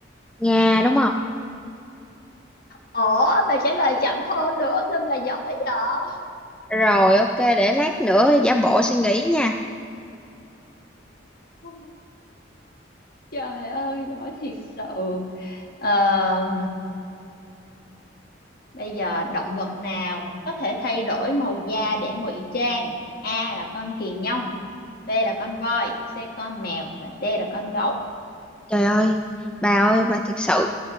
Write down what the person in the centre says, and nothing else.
Nga đúng không
Rồi ok để lát nữa giả bộ suy nghĩ nha
Trời ơi bà ơi bà thật sự